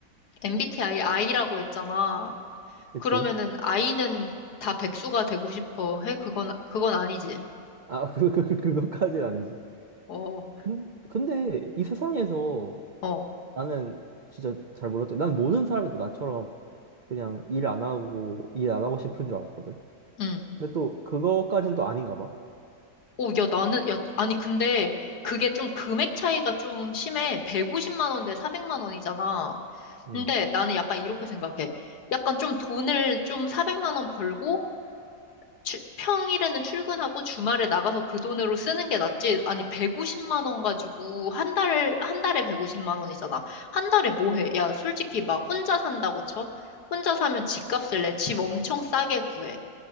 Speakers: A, on the left; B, on the right.
A: MBTI I라고 했잖아.
B: 그치.
A: 그러면은 아이는 다 백수가 되고 싶어 해? 그건 그건 아니지.
B: 아, <laughs> 그, 그, 그, 그것까지는 아니지.
A: 어,
B: 근, 근데 이 세상에서
A: 어,
B: 나는 진짜 잘 몰랐대. 난 모든 사람이 다 나처럼 그냥 일 안 하고, 일 안 하고 싶은 줄 알았거든.
A: 응.
B: 근데 또, 그거까진 또 아닌가 봐.
A: 오, 야, 나는 야, 아니 근데 그게 좀 금액 차이가 좀 심해. 150만 원대 400만 원이잖아.
B: 음,
A: 근데 나는 약간 이렇게 생각해. 약간 좀 돈을 좀 400만 원 벌고 추- 평일에는 출근하고 주말에 나가서 그 돈으로 쓰는 게 낫지. 아니, 150만 원 가지고 한 달, 한 달에 150만 원이잖아. 한 달에 뭐 해? 야, 솔직히 막 혼자 산다고 쳐? 혼자 사면 집값을 내. 집 엄청 싸게 구해.